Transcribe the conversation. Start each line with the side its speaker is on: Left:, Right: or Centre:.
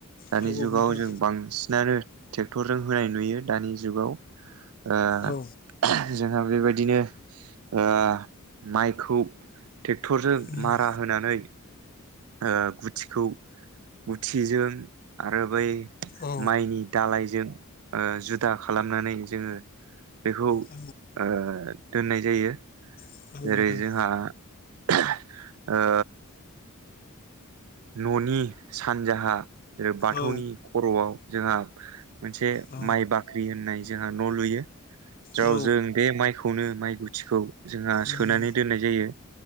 Right: दानि
Left: औ
Right: जुगाव
Left: नोंथां
Right: जों बांसिनानो टेक्टरजों होनाय नुयो दानि जुगाव ओ
Left: औ उम
Right: जोंहा बेबायदिनो ओ माइखौ टेक्टरजों
Left: उम
Right: मारा होनानै ओ गुथिखौ गुथिजों आरो बै
Left: औ
Right: माइनि दालायजों ओ जुदा खालामनानै जोङो बेखौ
Left: औ
Right: ओ दोननाय जायो।
Left: नोंथां
Right: जेरै - जोंहा <unintelligible> ओ न'नि सानजाहा जे बाथौनि
Left: औ
Right: खर'आव जोंहा मोनसे
Left: औ
Right: माइ बाख्रि होननाय जोंहा न' लुयो। जाव
Left: औ
Right: जों बे माइखौनो माइ गुथिखौ जोंहा
Left: उम
Right: सोनानै दोननाय जायो